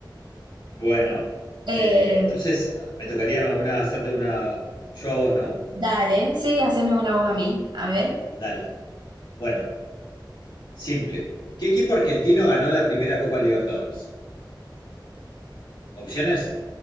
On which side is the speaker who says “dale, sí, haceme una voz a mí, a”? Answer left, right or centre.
Right